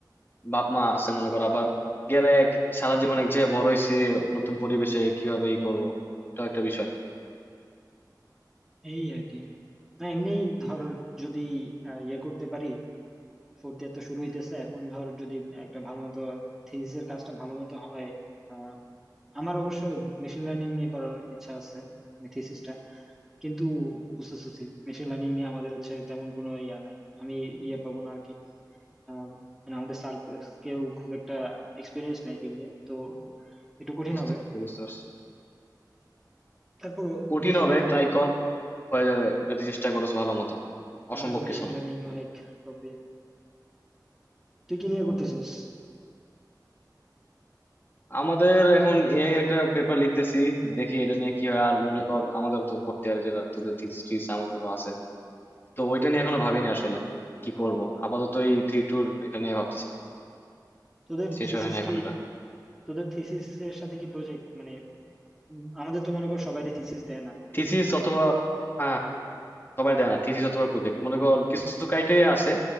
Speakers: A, on the left (about 30°); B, in the centre.
A: বাপ মা আছে মনে কর আবার গেলে এক সারা জীবন এক জায়গায় বড় হয়েছি নতুন পরিবেশে কিভাবে ই করবো এটা একটা বিষয়
B: এই আর কি না এমনি ধর যদি আহ, ইয়ে করতে পারি ফোর্থ ইয়ার তো শুরু হইতেছে এখন ধর যদি একটা ভালো মতো থিসিসের কাজটা ভালো মতো হয় আহ, আমার অবশ্য মেশিন লার্নিং নিয়ে করার ইচ্ছা আছে মানে থিসিসটা কিন্তু বুঝতেছি মেশিন লার্নিং নিয়ে আমাদের হচ্ছে তেমন কোনো ইয়া নাই আমি ইয়ে পাবো না আর কি আহ, মানে আমাদের স্যার কেউ খুব একটা এক্সপিরিয়েন্স নাই ফিল্ডে তো একটু কঠিন
A: বুঝতে
B: হবে
A: পারছি, বুঝতে পারছি
B: তারপরও
A: কঠিন
B: দেখি
A: হবে
B: আমার
A: ট্রাই কর হয়ে যাবে যদি চেষ্টা করস ভালো মতো অসম্ভব
B: এখন তো মেশিন
A: কিছু না
B: লার্নিং অনেক টপে তুই কি নিয়ে করতেছিস
A: আমাদের এখন এআই একটা পেপার লিখতেছি দেখি এটা নিয়ে কি হয় আর মনে কর আমাদের তো ভর্তি আর যেটা তোদের থিসিস টিসিস আমাদেরও আছে তো ওইটা নিয়ে এখনো ভাবিনি আসলে কি করব আপাতত এই থ্রি টুর এটা নিয়ে ভাবতেছি
B: তোদের
A: শেষ
B: থিসিস
A: হয় না এখন
B: কি
A: এটা
B: তোদের থিসিস এর সাথে কি প্রজেক্ট মানে উম, আমাদের তো মনে করো সবাই থিসিস দেয় না
A: থিসিস অথবা হ্যাঁ সবাই দেয় না থিসিস অথবা প্রজেক্ট মনে কর কিছু ক্রাইটেরিয়া আছে